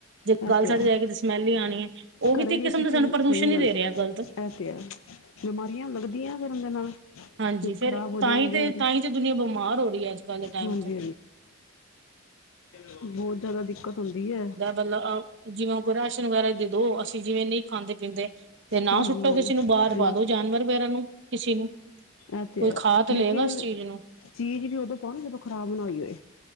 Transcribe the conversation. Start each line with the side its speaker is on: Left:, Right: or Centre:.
Right: ਜੇ
Left: ਇਹ
Right: ਗੱਲ
Left: ਤੇ
Right: ਸਾਡੇ
Left: ਹੈ
Right: ਜਾਏ ਕੇ ਸਮੈਲੀ ਹੀ ਆਉਣੀ ਹੈ ਉਹ ਵੀ
Left: ਘਰੇ
Right: ਤੇ ਇੱਕ ਕਿਸਮ
Left: ਅਸੀਂ
Right: ਦਾ ਸਾਨੂੰ
Left: ਕਿ
Right: ਪ੍ਰਦੂਸ਼ਣ
Left: ਸਹੀ
Right: ਨੀ
Left: ਗੱਲ
Right: ਦੇ
Left: ਹੈ
Right: ਰਿਹਾ ਗਲਤ
Left: ਇਹ ਤੇ ਬਿਮਾਰੀਆਂ ਲੱਗਦੀਆਂ ਕਰਨਰਮ ਦੇ ਨਾਲ
Right: ਹਾਂਜੀ ਫੇਿਰ
Left: ਖ਼ਰਾਬ ਹੋ
Right: ਤਾਂਹੀ
Left: ਜਾਏਗੀਆਂ
Right: ਤੇ ਤਹੀ ਤੇ ਦੁਨੀਆਂ ਬਿਮਾਰ ਹੋ ਰਹੀ ਹੈ ਅੱਜ ਕੱਲ੍ਹ ਦੇ ਟਾਈਮ
Left: ਹਾਂਜੀ
Right: ਤੋਂ
Left: ਬਹੁਤ ਜਿਆਦਾ ਦਿੱਕਤ ਹੁੰਦੀ ਹੈ
Right: ਗਤਲ ਜਿਵੇਂ ਕੋਈ ਰਾਸ਼ਨ ਵਗੈਰਾ ਦੇ ਦੋ ਅਸੀਂ ਜਿਵੇਂ ਨਹੀਂ ਖਾਂਦੇ ਪੀਂਦੇ ਤੇ ਨਾ
Left: ਹਾਂਜੀ
Right: ਸੁੱਟੋ
Left: ਹਾਂਜੀ
Right: ਕਿਸੇ ਨੂੰ ਬਾਹਰ ਪਾ ਦੋ ਜਾਨਵਰ ਵਗੈਰਾ ਨੂੰ ਕਿਸੇ ਨੂੰ
Left: ਅ ਤੇ
Right: ਕੋਈ ਖਾ
Left: ਲੇਕਿਨ
Right: ਲਏਗਾ ਇਸ ਚੀਜ਼ ਨੂੰ
Left: ਚੀਜ਼ ਵੀ ਉਦੋਂ ਪਾਉਣਾ ਜਦੋਂ ਖ਼ਰਾਬ ਨਾ ਹੋਈ ਹੋਏ